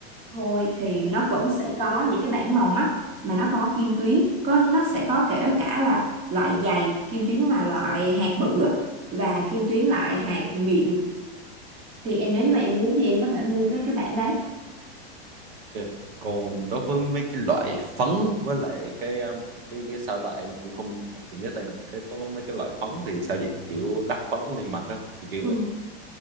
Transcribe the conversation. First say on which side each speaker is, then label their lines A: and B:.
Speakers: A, on the right (about 20°); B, on the right (about 65°).
A: Thôi thì nó vẫn sẽ có những cái bảng màu mắt mà nó có kim tuyến có nó sẽ có kể cả là loại dày kim tuyến mà loại hạt bự á, và kim tuyến loại hạt mịn thì em nếu như mà em muốn thì em có thể mua cái cái bảng đấy
B: Ok. Còn đối với mấy cái loại phấn với lại cái um, cái cái sao ta em cũng không em cũng nhớ tên được cái có mấy cái loại phấn thì sao vậy kiểu đắp phấn lên mặt á kiểu kiểu
A: Ừ.
B: vậy